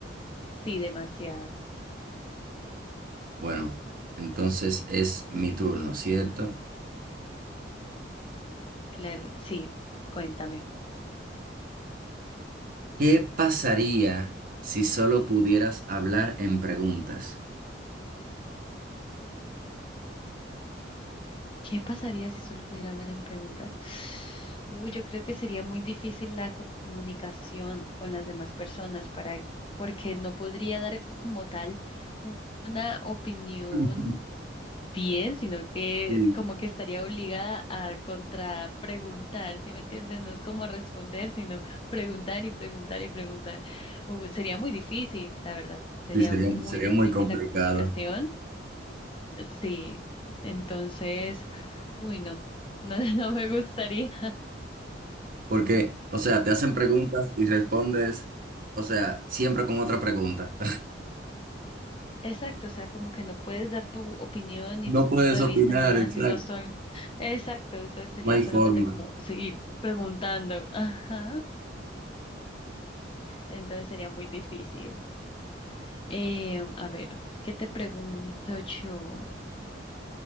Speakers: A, on the left (about 30°); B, on the right (about 50°).
A: Sí, demasiado.
B: Bueno, entonces es mi turno, ¿cierto?
A: Claro, sí, cuéntame.
B: ¿Qué pasaría si solo pudieras hablar en preguntas?
A: ¿Qué pasaría si solo pudiera hablar en preguntas? Uy, yo creo que sería muy difícil la comunicación con las demás personas para, porque no podría dar como tal un- una opinión
B: <laughs>
A: bien, sino que
B: Sí.
A: como que estaría obligada a contrapreguntar, ¿sí me entiendes? No es como responder, sino preguntar y preguntar y preguntar. Uh, sería muy difícil, la verdad. Sería
B: Sí, sería,
A: muy
B: sería
A: difícil
B: muy complicado.
A: la comunicación. Sí, entonces, uy, no, no, <laughs> no me gustaría.
B: Porque, o sea, te hacen preguntas y respondes, o sea, siempre con otra pregunta.
A: Exacto, o sea, como que no puedes dar tu opinión ni
B: No
A: tu punto
B: puedes
A: de
B: opinar,
A: vista ni nada,
B: exacto.
A: sino solo... Exacto, entonces sería
B: No hay
A: solamente
B: forma.
A: como seguir preguntando. Ajá, entonces sería muy difícil. Eh, a ver, ¿qué te pregunto yo?